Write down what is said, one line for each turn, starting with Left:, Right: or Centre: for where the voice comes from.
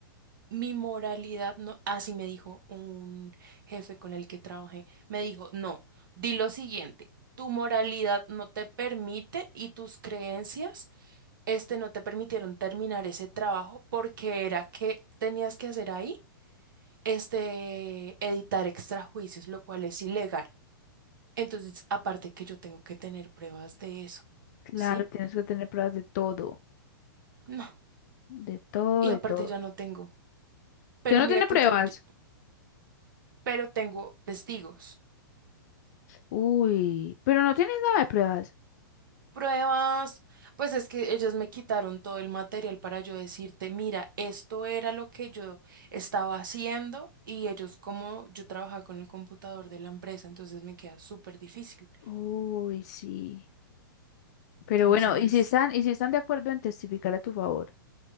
Right: Mi moralidad no, así me dijo un jefe con el que trabajé, me dijo, no, di lo siguiente, tu moralidad no te permite y tus creencias, este, no te permitieron terminar ese trabajo porque era que tenías que hacer ahí, este, editar extrajuicios, lo cual es ilegal. Entonces, aparte que yo tengo que tener pruebas de eso,
Left: claro,
Right: ¿sí?
Left: tienes que tener pruebas de todo.
Right: No.
Left: De todo,
Right: Y
Left: de
Right: aparte
Left: todo.
Right: ya no tengo. Pero
Left: ¿Usted no
Right: mira
Left: tiene
Right: que
Left: pruebas?
Right: yo, yo- pero tengo testigos.
Left: Uy, pero no tienes nada de pruebas.
Right: Pruebas, pues es que ellas me quitaron todo el material para yo decirte, mira, esto era lo que yo estaba haciendo y ellos como yo trabajaba con el computador de la empresa, entonces me queda súper difícil.
Left: Uy, sí. Pero
Right: Entonces,
Left: bueno, ¿y si están, y si están de acuerdo en testificar a tu favor?